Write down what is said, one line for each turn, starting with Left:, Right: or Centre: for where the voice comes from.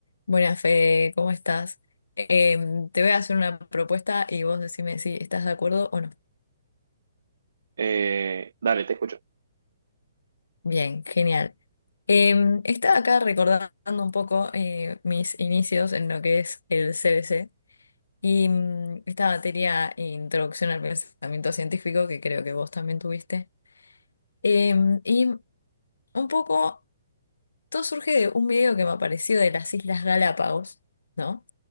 Left: Buenas, Fede, ¿cómo estás? Em, te voy a hacer una propuesta y vos decime si estás de acuerdo o no.
Right: Eh, dale, te escucho.
Left: Bien, genial. Em, estaba acá recordando un poco eh, mis inicios en lo que es el CBC y mm, esta materia Introducción al Pensamiento Científico que creo que vos también tuviste. Em, y un poco, todo surge de un video que me apareció de las Islas Galápagos, ¿no?